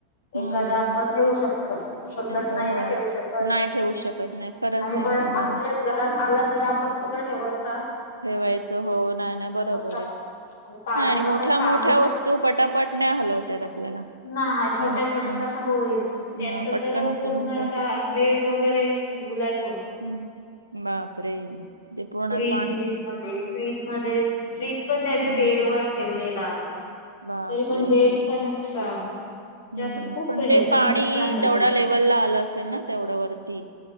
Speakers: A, on the right; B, on the left.
A: हम्म
B: एखाद आपण ठेवू शकतो, सगळंच
A: तर
B: नाही
A: हो
B: ना ठेवू शकत.
A: नाही ठेवू शकत नाही खरंच
B: आणि
A: आहे
B: परत
A: बरोबर
B: आपल्याच
A: आहे
B: घरात आला तर, आपण कुठं ठेवायचा?
A: ठेवायचं हो. नाही ना बरोबर
B: असा
A: आहे.
B: पण पाण्याचा
A: हा आणि मोठ्या
B: काही सांगू
A: मोठ्या वस्तू, पटापट नाही हलवता येत आपल्याला.
B: नाही छोट्या
A: मो
B: छोट्या
A: ह
B: कसं होईल. त्यांच
A: ह पटकन
B: तर
A: उचलून
B: पूर्ण
A: उचलून
B: असा बेड वगैरे लाईक
A: हम्म, बापरे! ते पूर्णच
B: फ्रीज मध्ये, फ्रीज मध्ये, फ्रीज पण त्यांनी
A: हो
B: बेडवर ठेवलेला.
A: बापरे!
B: तरी पण बेडचं नुकसान. म्हणजे
A: हम्म.
B: असं खूप
A: पण
B: ह्याच
A: ते पाणी
B: नुकसान होतं
A: जेवढ्या लेवलला आलं असेल ना तेवढ्या वरती.